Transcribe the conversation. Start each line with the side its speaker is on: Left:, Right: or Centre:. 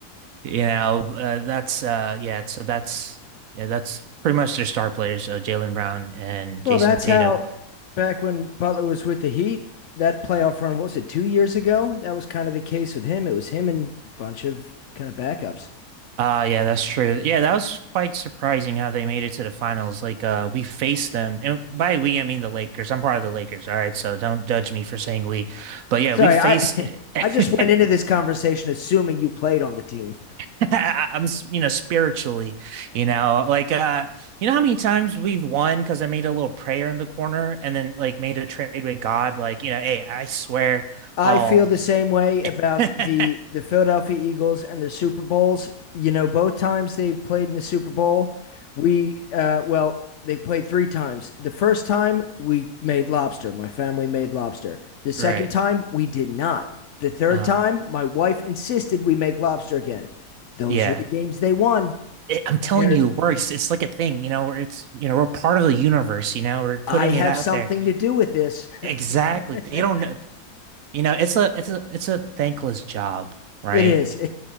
Right: You know, uh, that's uh yeah, so that's yeah, that's pretty much their star players, uh, Jaylen Brown and
Left: <laughs> well,
Right: Jason
Left: that's
Right: Tatum.
Left: how back when Butler was with the Heat, that playoff run, what was it, two years ago? That was kind of the case with him. It was him and a bunch of kind of backups.
Right: Uh yeah, that's true. Yeah, that was quite surprising how they made it to the finals. Like uh we faced them and by we I mean the Lakers. I'm part of the Lakers, all right, so don't judge me for saying we. But yeah,
Left: Sorry,
Right: we faced
Left: I <laughs>
Right: it. <laughs>
Left: I just went into this conversation assuming you played on the team.
Right: <laughs> I'm, you know, spiritually, you know, like, uh, you know how many times we've won because I made a little prayer in the corner and then like made a trade with God, like, you know, hey, I swear
Left: I
Right: I'll,
Left: feel the same way about
Right: <laughs> uh-huh,
Left: the the Philadelphia Eagles and their Super Bowls. You know, both times they played in the Super Bowl, we uh well, they played 3 times. The first time we made lobster. My family made lobster. The second
Right: right,
Left: time we did not. The third
Right: uh-huh,
Left: time my wife insisted we make lobster again. Those
Right: yeah.
Left: are the games they won.
Right: It, I'm telling
Left: There's
Right: you, it works. It's like a thing, you know, where it's, you know, we're part of the universe, you know, we're putting
Left: I have
Right: it out
Left: something
Right: there.
Left: to do with this.
Right: Exactly. They
Left: <laughs>
Right: don't know, you know, it's a, it's a, it's a thankless job, right?
Left: It is. <laughs>